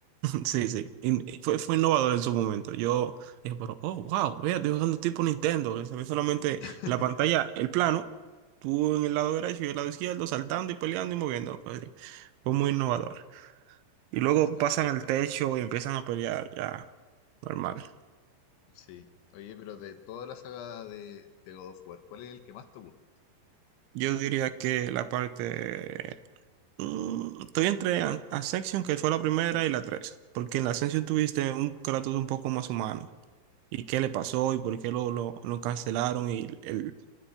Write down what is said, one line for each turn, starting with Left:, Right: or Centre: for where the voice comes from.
Right: Sí, sí. In- eh, fue, fue innovador en su momento. Yo dije, pero, oh, wow, vea, estoy jugando tipo Nintendo, que se ve solamente
Left: <laughs>
Right: la pantalla, el plano, tú en el lado derecho y el lado izquierdo, saltando y peleando y moviendo. Fue fue muy innovador. Y luego
Left: Un Street
Right: pasan
Left: Fighter.
Right: al techo y empiezan a pelear, ya, normal.
Left: Sí. Oye, pero de toda la saga de, de God of War, ¿cuál es el que más te gusta?
Right: Yo diría que la parte... mm, estoy entre An- Ascension, que fue la primera, y la tres. Porque en la Ascension tuviste un Kratos un poco más humano y qué le pasó y por qué lo, lo, lo cancelaron y el,